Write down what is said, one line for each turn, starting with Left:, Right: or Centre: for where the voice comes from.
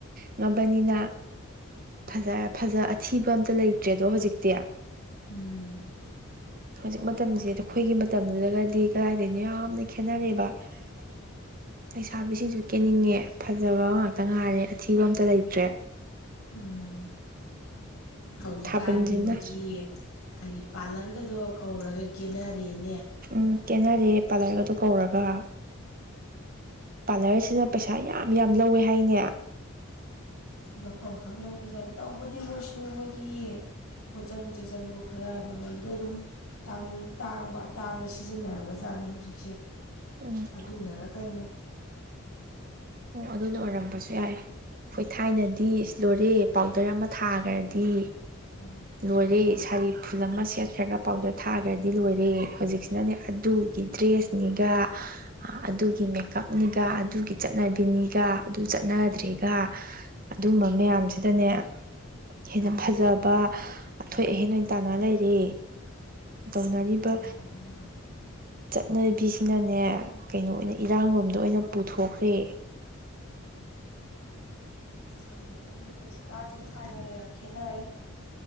Right: ꯉꯕꯅꯤꯅ ꯐꯖ ꯐꯖ ꯑꯊꯤꯕ ꯑꯝꯇ ꯂꯩꯇ꯭ꯔꯦꯗꯣ ꯍꯨꯖꯤꯛꯇꯤ
Left: ꯎꯝ
Right: ꯍꯧꯖꯤꯛ ꯃꯇꯝꯖꯦ ꯑꯈꯣꯏꯒꯤ ꯃꯇꯝꯗꯨꯗꯒꯗꯤ ꯀꯗꯥꯏꯗꯒꯤꯅꯣ ꯌꯥꯝꯅ ꯈꯦꯠꯅꯔꯦꯕ <inaudible> ꯂꯩꯁꯥꯕꯤꯁꯤꯡꯁꯨ ꯀꯦꯅꯤꯡꯉꯦ ꯐꯖꯕ ꯉꯥꯛꯇ ꯉꯥꯏꯔꯦ ꯑꯊꯤꯕ ꯑꯝꯇ ꯂꯩꯇ꯭ꯔꯦ
Left: ꯎꯝ ꯍꯧꯖꯤꯛꯀꯥꯟꯗꯤ
Right: ꯊꯥꯕꯜꯁꯤꯅ
Left: ꯃꯣꯏꯒꯤ ꯀꯔꯤ ꯄꯥꯔꯂ꯭ꯔꯒꯗꯣ ꯀꯧꯔꯒ ꯀꯦꯅꯔꯦꯅꯦ
Right: ꯎꯝ ꯀꯦꯅꯔꯦ ꯄꯥꯂ꯭ꯔꯒꯗꯣ ꯀꯧꯔꯒ ꯄꯥꯂ꯭ꯔꯁꯤꯅ ꯄꯩꯁꯥ ꯌꯥꯝ ꯌꯥꯝ ꯂꯧꯋꯦ ꯍꯥꯏꯅꯦ
Left: ꯃꯐꯝ ꯈꯪ ꯂꯧꯕꯖꯥꯠꯅꯤ ꯇꯧꯕꯗꯤ ꯃꯣꯏꯁꯨ ꯃꯣꯏꯒꯤ ꯄꯣꯠꯆꯪ ꯆꯩꯖꯪꯗꯣ ꯈꯔ ꯃꯃꯟꯗꯣ ꯑꯗꯨꯝ ꯇꯥꯡ ꯇꯥꯡꯕ ꯑꯇꯥꯡꯕ ꯁꯤꯖꯤꯟꯅꯔꯕ ꯖꯥꯠꯅꯤ ꯍꯧꯖꯤꯛꯁꯦ
Right: ꯎꯝ
Left: ꯑꯗꯨꯅꯔ ꯀꯩꯅꯣ
Right: ꯑꯣ ꯑꯗꯨꯅ ꯑꯣꯏꯔꯝꯕꯁꯨ ꯌꯥꯏ ꯑꯈꯣꯏ
Left: ꯎꯝ
Right: ꯊꯥꯏꯅꯗꯤ ꯏꯁ ꯂꯣꯏꯔꯦ ꯄꯥꯎꯗꯔ ꯑꯃ ꯊꯥꯒ꯭ꯔꯗꯤ
Left: ꯎꯝ
Right: ꯂꯣꯏꯔꯦ ꯁꯥꯔꯤ ꯐꯨꯜ ꯑꯃ ꯁꯦꯠꯈ꯭ꯔꯒ ꯄꯥꯎꯗꯔ ꯊꯥꯒ꯭ꯔꯗꯤ ꯂꯣꯏꯔꯦ ꯍꯨꯖꯤꯛ ꯖꯤꯅꯅꯦ ꯑꯗꯨꯒꯤ ꯗ꯭ꯔꯦꯁꯅꯤꯒ ꯑꯥ ꯑꯗꯨꯒꯤ ꯃꯦꯀꯞꯅꯤꯒ ꯑꯗꯨꯒꯤ ꯆꯠꯅꯕꯤꯅꯤꯒ ꯑꯗꯨ ꯆꯠꯅꯗ꯭ꯔꯦꯒ ꯑꯗꯨꯝꯕ ꯃꯌꯥꯝꯖꯤꯗꯅꯦ ꯍꯦꯟꯅ ꯐꯖꯕ ꯑꯊꯣꯏ ꯑꯍꯦꯟ ꯑꯣꯏ ꯇꯥꯅꯔ ꯂꯩꯔꯦ ꯇꯧꯅꯔꯤꯕ
Left: ꯃꯥꯅꯤ ꯃꯥꯅꯤ
Right: ꯆꯠꯅꯕꯤꯁꯤꯅꯅꯦ ꯀꯩꯅꯣ ꯑꯣꯏꯅ ꯏꯔꯥꯡ ꯂꯣꯝꯗ ꯑꯣꯏꯅ ꯄꯨꯊꯣꯛꯈ꯭ꯔꯦ
Left: ꯈꯪꯗꯦ ꯈꯪꯗꯦ ꯍꯧꯖꯤꯛꯀꯥꯟꯖꯦ ꯊꯥꯏꯅꯒ ꯌꯥꯝ ꯈꯦꯠꯅꯔꯦ